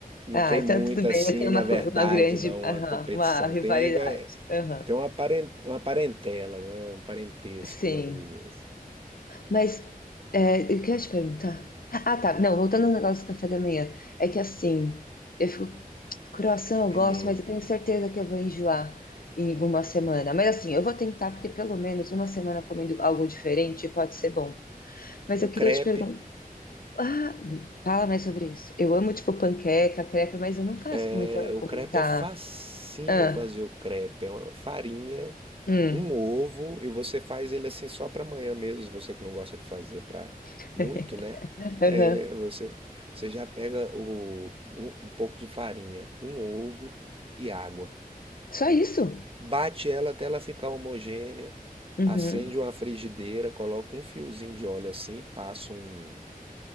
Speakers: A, on the right; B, on the left.
A: não
B: Ah,
A: tem
B: então
A: muito
B: tudo bem.
A: assim,
B: Eu tenho
A: na
B: uma,
A: verdade,
B: co- uma grande,
A: não,
B: aham,
A: a competição.
B: uma rivalidade.
A: Tem é,
B: Aham.
A: Tem uma paren- uma parentela, né? Um parentesco,
B: Sim.
A: vamos dizer assim.
B: Mas é, eu queria te perguntar. Ah, tá. Não, voltando ao negócio do café da manhã. É que assim, eu fico. Croissant eu
A: É
B: gosto,
A: mesmo.
B: mas eu tenho certeza que eu vou enjoar em uma semana. Mas assim, eu vou tentar, porque pelo menos uma semana comendo algo diferente pode ser bom. Mas
A: Um
B: eu queria
A: crepe.
B: te perguntar. Ah, fala mais sobre isso. Eu amo, tipo, panqueca, crepe, mas eu não faço
A: É...
B: com muita. Com
A: O crepe
B: muita...
A: é facinho
B: Ah,
A: fazer o crepe. É uma farinha,
B: hum,
A: um ovo, e você faz ele assim só para amanhã mesmo, se você que não gosta de fazer para
B: <laughs>
A: muito, né?
B: aham.
A: É, você, você já pega o, um, um pouco de farinha, um ovo e água.
B: Só isso?
A: Bate ela até ela ficar homogênea.
B: Uhum.
A: Acende uma frigideira, coloca um fiozinho de óleo assim, passa um,